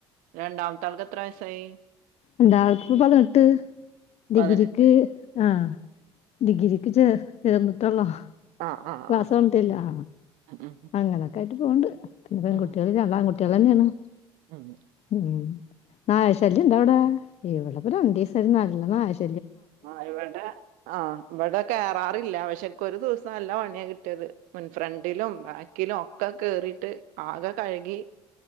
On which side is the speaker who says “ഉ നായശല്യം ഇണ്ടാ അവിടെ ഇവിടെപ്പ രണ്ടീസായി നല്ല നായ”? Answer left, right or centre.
Left